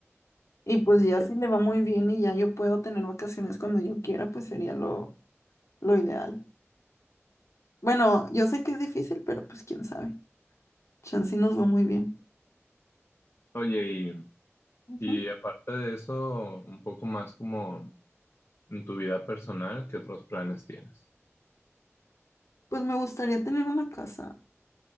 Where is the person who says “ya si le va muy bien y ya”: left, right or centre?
Left